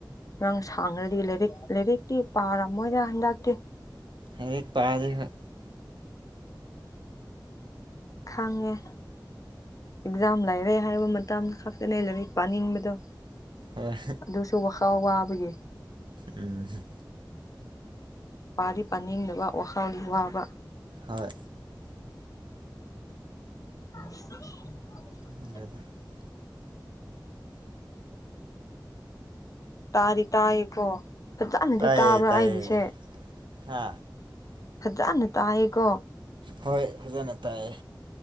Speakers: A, on the left; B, on the right.
A: ꯅꯪ ꯁꯥꯡꯔꯥꯗꯤ ꯂꯥꯏꯔꯤꯛ ꯂꯥꯏꯔꯤꯛꯇꯤ ꯄꯥꯔꯝꯃꯣꯏꯗ ꯍꯟꯗꯛꯇꯤ
B: ꯂꯥꯢꯔꯤꯛ ꯄꯥꯗꯦ ꯍꯣꯢ
A: ꯈꯪꯉꯦ ꯑꯦꯛꯖꯥꯝ ꯂꯥꯏꯔꯦ ꯍꯥꯏꯕ ꯃꯇꯝ ꯈꯛꯇꯅꯦ ꯂꯥꯏꯔꯤꯛ ꯄꯥꯅꯤꯡꯕꯗꯣ
B: ꯍꯣꯏ
A: ꯑꯗꯨꯁꯨ ꯋꯥꯈꯜ ꯋꯥꯕꯒꯤ
B: ꯎꯝꯍꯨꯝ
A: ꯄꯥꯗꯤ ꯄꯥꯅꯤꯡꯗꯕ ꯋꯥꯈꯜꯗꯤ ꯋꯥꯕ
B: ꯍꯣꯏ
A: <inaudible>
B: <unintelligible>
A: ꯇꯥꯗꯤ ꯇꯥꯏꯔꯤꯕꯣ ꯐꯖꯥꯅꯗꯤ
B: ꯇꯥꯏꯌꯦ
A: ꯇꯥꯕ꯭ꯔꯥ
B: ꯇꯥꯏꯌꯦ
A: ꯑꯩꯒꯤꯁꯦ
B: ꯍꯥ
A: ꯐꯥꯖꯅ ꯇꯥꯏꯌꯦꯀꯣ
B: ꯍꯣꯏ ꯐꯖꯅ ꯇꯥꯏꯌꯦ